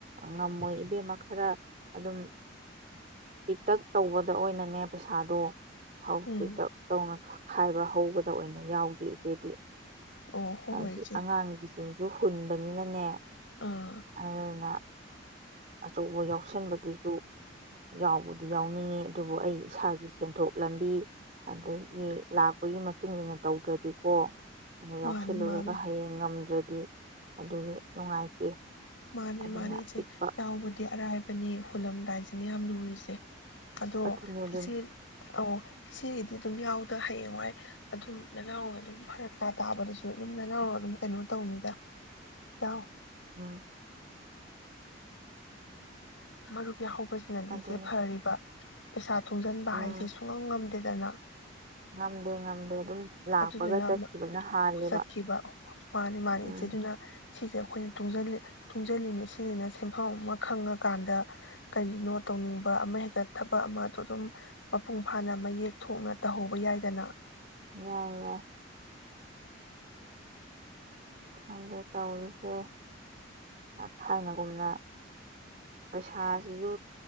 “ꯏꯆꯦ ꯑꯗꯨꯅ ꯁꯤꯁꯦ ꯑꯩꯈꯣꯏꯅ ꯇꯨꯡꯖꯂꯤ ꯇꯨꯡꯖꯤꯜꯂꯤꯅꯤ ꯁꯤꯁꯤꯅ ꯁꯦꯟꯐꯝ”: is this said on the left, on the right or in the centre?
Left